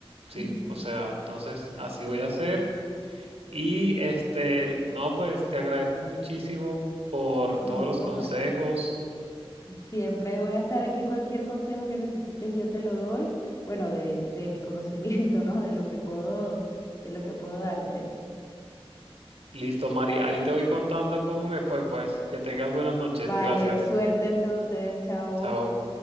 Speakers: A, on the right; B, on the left.
A: Sí,
B: <laughs>
A: o sea, entonces así voy a hacer. Y este, no, pues te agradezco muchísimo por todos
B: No,
A: los consejos.
B: pa- siempre voy a estar aquí. Cualquier consejo que necesites, yo te lo doy. Bueno, de, de mi conocimiento, ¿no? De lo que puedo, de lo que puedo darte.
A: Listo, Mari, ahí te voy contando cómo me fue, pues. Que tengas buenas noches.
B: Vale,
A: Gracias.
B: suerte entonces, chao.
A: Chao.